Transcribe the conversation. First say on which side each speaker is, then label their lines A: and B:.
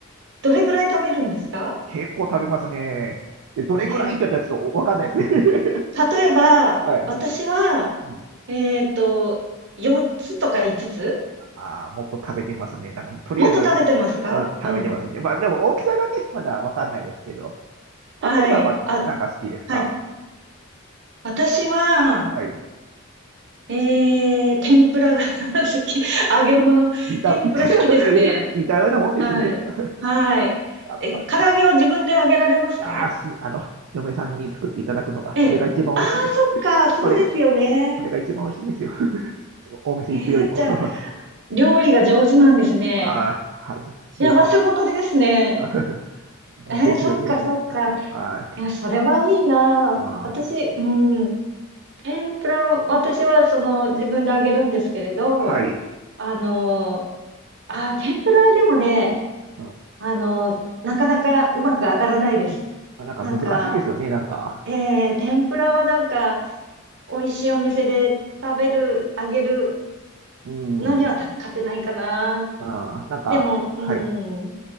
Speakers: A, on the right (about 60°); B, on the right (about 80°).
A: どれぐらい食べるんですか
B: 結構食べますね。で、どれくらいって言ったらちょっとわかんないですね。
A: ええ。
B: <laughs>
A: 例えば、
B: はい。
A: 私は、
B: うん、
A: えっと、4つとか5つつ
B: ああ、もっと食べてますね。なんかもうとりあえず、
A: もっと食べてますかうん。
B: うん、食べてますね。まあでも大きさがね、まだわかんないですけど。佐藤さんはなんか好きですか
A: はい。あ、はい。私は、
B: はい。
A: えー、天ぷらが <laughs> 好き。<laughs> 揚げ物。
B: 似た、
A: 天ぷら好きですね。
B: 似た <laughs> 似たようなもんですね。
A: はい。
B: <laughs>
A: はい。
B: あやっぱね。
A: え、唐揚げは自分で揚げられますか
B: いやーし、あの、嫁さんに作っていただくのが、
A: ええ。
B: それが一番美味しいで
A: ああ、そっか。そうですよね。
B: す。それがそれが一番美味しいんですよ。<laughs> そのお店行くよりも。
A: ええ、じゃあ、
B: <laughs>
A: 料理が上手なんですね。
B: はい。はです。
A: 幸せ者ですね。
B: <laughs> ですよね。
A: えーそっかそっか。
B: はい。
A: いや、それはいいな。
B: あー、
A: 私、うん、天ぷら、私はその自分で揚げるんですけれど、
B: はい。
A: あの、あー、天ぷらでもね、
B: うん、
A: あの、なかなかうまく揚がらないです。
B: なんか難しいんですよね、
A: なんか、
B: なんか。
A: えー天ぷらはなんか、美味しいお店で食べる、揚げる
B: うん。
A: のにはた勝てないかな。
B: あー、なんか、
A: でも、うん、
B: はい。